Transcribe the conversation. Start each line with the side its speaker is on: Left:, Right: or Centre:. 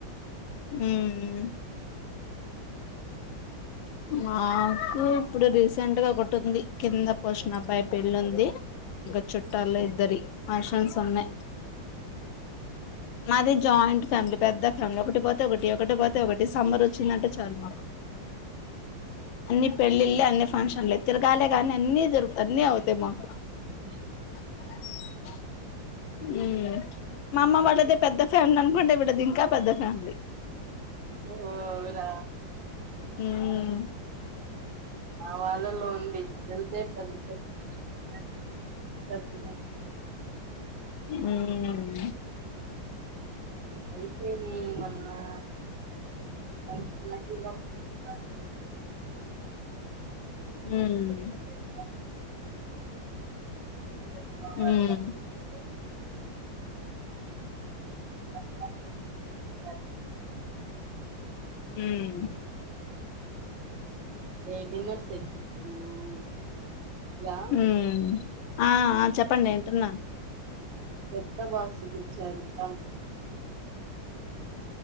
Left: మ్మ్ మాకు ఇప్పుడు రీసెంట్గా ఒకటి ఉంది కింద పోషణ అబ్బాయి పెళ్ళి ఉంది ఇంకా చుట్టాలో ఇద్దరి ఫంక్షన్స్ ఉన్నాయి మాది జాయింట్ ఫ్యామిలీ పెద్ద ఫ్యామిలీ ఒకటిపోతే ఒకటి ఒకటి పోతే ఒకటి సమ్మర్ వచ్చిందంటే చాలు మాకు అన్ని పెళ్ళిల్లె అన్న ఫంక్షనలే తిరగాలేగాని అన్నీ జరుగుత అన్నీ అవుతాయి మాకు
Right: ఉ <inaudible>
Left: ఆ హమ్ మా అమ్మ వాళ్ళదే పెద్ద ఫ్యామిలీ అనుకుంటే విడది ఇంకా పెద్ద ఫ్యామిలీ
Right: హ్మ్ రా
Left: హ్మ్
Right: వాళ్ళల్లో ఉంది. వెళ్తే పెద్ద పెద్ద వాళ్ళ <inaudible> చచ్చినట్టు
Left: హ్మ్
Right: అయిపోయి ఏమన్నా కొంచెం ఉన్నాయ్ <unintelligible>
Left: హ్మ్
Right: పెద్ద మా పెద్ద బావ వాళ్ళ
Left: ఉమ్
Right: కూతురు పెళ్లి రంజాన్ పండక్కి వచ్చారు.
Left: హ్మ్
Right: ఏ డిన్నర్ సెట్ ఇచ్చాము మా వాళ్ళకి ఇలా
Left: ఉ ఆ చెప్పండి వింటున్నా
Right: పేద బాక్స్ తెచ్చారు అవ్